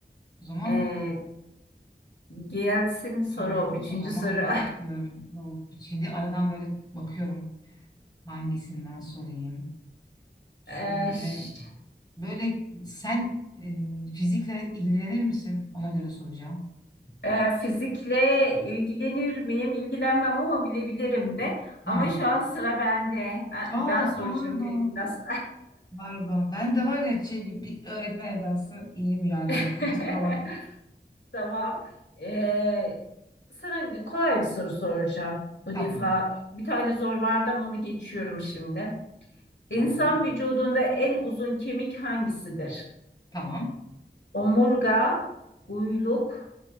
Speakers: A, on the left; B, on the left.
A: O zaman
B: Ee, gelsin soru
A: soruyorum.
B: üçüncü
A: O zaman
B: soru. <laughs>
A: bakıyorum. Oh, Şimdi aradan böyle bakıyorum. Hangisinden sorayım? Şöyle
B: Ee, ş-
A: böyle sen e, fizikle ilgilenir misin? Ona göre soracağım.
B: e, fizikle ilgilenir miyim? İlgilenmem ama bilebilirim de.
A: Hmm.
B: Ama şu an sıra bende. Ben,
A: Aa
B: ben soracağım
A: pardon.
B: biraz.
A: Pardon. Ben de var ya şey, bir öğretmen edası iyi uyardın.
B: <laughs>
A: Kusura bakma.
B: Tamam. Ee, sana kolay bir soru soracağım bu
A: Tamam.
B: defa. Bir tane zor vardı ama onu geçiyorum şimdi. İnsan
A: Tamam.
B: vücudunda en uzun kemik hangisidir?
A: Tamam.
B: Omurga, uyluk,